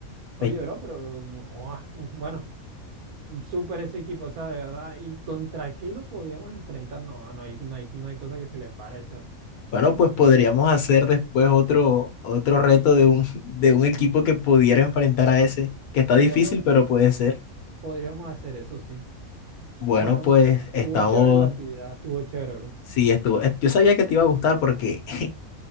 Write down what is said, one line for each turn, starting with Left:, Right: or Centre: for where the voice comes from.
Right: Oye,
Left: Eh,
Right: bro, pero buah, bueno, súper ese equipo, o sea, de verdad. ¿Y contra qué lo podíamos enfrentar? No, no hay, no hay, no hay cosa que se le pare.
Left: Bueno, pues podríamos hacer después otro, otro reto
Right: Sí,
Left: de un, <laughs> de un equipo que pudiera enfrentar a ese, que está
Right: podríamos,
Left: difícil, pero puede ser.
Right: podríamos hacer eso, sí.
Left: Bueno,
Right: Bueno,
Left: pues estamos.
Right: estuvo chévere la actividad, estuvo chévere, bro.
Left: Sí, estuvo. eh, Yo sabía que te iba a gustar porque, <laughs>